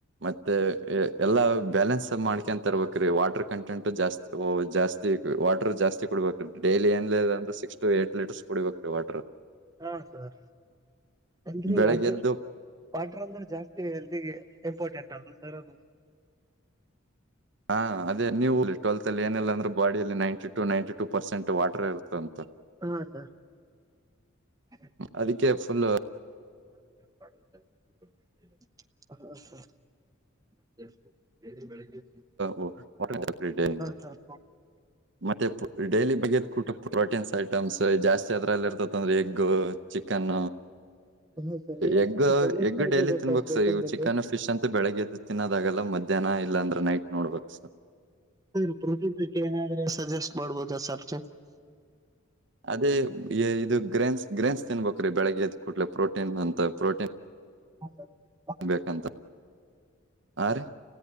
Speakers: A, on the right (about 55°); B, on the right (about 15°).
A: ಮತ್ತೆ ಎಲ್ಲಾ ಬ್ಯಾಲೆನ್ಸ್ ಮಾಡ್ಕ ತರ್ಬೇಕ್ರೀ ವಾಟರ್ ಕಂಟೆಂಟ್ ಜಾಸ್ತಿ ಓ ಜಾಸ್ತಿ ವಾಟರ್ ಜಾಸ್ತಿ ಕೊಡಬೇಕು ಡೈಲಿ ಏನ್ಲ ಅಂದ್ರೆ ಸಿಕ್ಸ್ ಟು ಏಟ್ ಲೀಟರ್ಸ್ ಕುಡಿಬೇಕ್ರೀ ವಾಟರ್
B: ಹಾ ಸರ್ ಅಂದ್ರೆ
A: ಬೆಳಗ್ಗೆ
B: ವಾಟ್ರ
A: ಎದ್ದು
B: ವಾಟ್ರ ಅಂದ್ರೆ ಜಾಸ್ತಿ ಲ್ ಇಂಪಾರ್ಟೆಂಟ್ ಅಲ್ಲ ಸರ್ ಅದು
A: ಹಾ ಅದೇ ನೀವು ಟ್ವೆಲ್ತ್ ಅಲ್ಲಿ ಏನಲ್ಲ ಅಂದ್ರೆ ಬ ಲ್ಲಿ ninety two ninety two percent water ಇರುತ್ತ ಅಂತ
B: ಹಾ ಸ ುಬಲ್ <unintelligible>
A: ಅದಕ್ಕೆ ಫುಲ್
B: ಮತ್ತೆ ಬೆಳಗ್ <unintelligible>
A: ವು ಮೋಟರ್ ಚಕರಿ ೇಗ <unintelligible>
B: ಸರ್
A: ಮತ್ತೆ ಡೈಲಿ ಬಗೆಯದ ಕೂಟ್ಟ ಪ್ರೋಟೀನ್ಸ್ ಐ ಐಟಮ್ಸ್ ಜಾಸ್ತಿ ಅದ್ರಲ್ಲಿ ಇರ್ತತ ಅಂದ್ರೆ ಎಗ್ಗ ಚಿಕನ್
B: ಹಾ ಸರ್ ಏನಾದ್ರೂ
A: ಎಗ್
B: ಸಜೆಸ್ಟ್
A: ಎಗ್
B: ಮಾಡ್ಬೋದಾ
A: ಡೈಲಿ ತಿನ್ಬೇಕು
B: ಪ್ರೋಟೀನ್
A: ಸರ್ ಈ
B: ಬಗ್ಗೆ
A: ಚಿಕನ್ ಫಿಶ್ ಅಂತ ಬೆಳಗ್ಗೆದ್ದು ತಿನ್ನೋದಾಗಲ್ಲ ಮಧ್ಯಾಹ್ನ ಆಯತು ಇಲ್ಲ ಅ್ರ ನೈಟ್ ನೋಡ್ಬೇಕಕ್
B: ಸರ್ ಪ್ರತಕ್ಕೆ ಏನಾದ್ರೆ ಸಜೆಸ್ಟ್ ಮಾಡ್ಬೋದ ಸರ್
A: ಅದೇ ಇದು ಗ್ರೇನ್ಸ್ ಗ್ರೇನ್ಸ್ ತಿನ್ಬೇಕ್ರೀ ಬೆಳಿಗ್ಗೆ ಎದ ಕೂಡ್ಲೆ ಪ್ರೋಟೀನ್ ಅಂತ ಪ್ರೋಟೀನ್
B: ಹ ಸರ್ ಅ
A: ಬೇಕಂತ ಆ ರ <unintelligible>